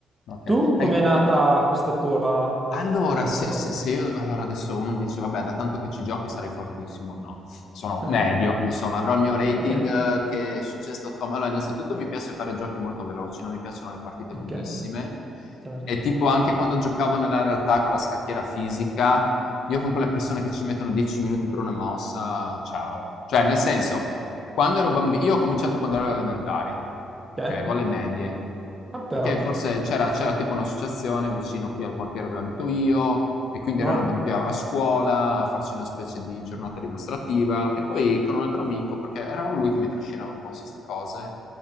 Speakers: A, on the left; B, on the right.
A: ok.
B: Tu com'è
A: E
B: nata questa tua
A: Allora,
B: passione?
A: se se se io allora adesso uno dice: "Vabbè, da tanto che ci giochi sarai fortissimo." No, sono
B: <laughs>
A: medio, insomma, avrò il mio rating
B: Ok,
A: eh, che Chess.com allora innanzitutto mi piace fare giochi molto veloci, non mi piacciono le partite
B: ok,
A: lunghissime
B: certo.
A: e tipo anche quando giocavo nella realtà con la scacchiera fisica, io con quelle persone che ci mettono 10 minuti per una mossa, ciao. Cioè nel senso, quando ero bambino, io ho cominciato quando ero alle elementari, ok,
B: Ok,
A: o alle medie,
B: ah però,
A: perché forse c'era, c'era tipo un'associazione vicino qui al quartiere dove abito io, e quindi
B: wow.
A: erano venuti a, a scuola a farci una specie di giornata dimostrativa. E poi con un altro amico, perché era lui che mi trascinava un po' su queste cose,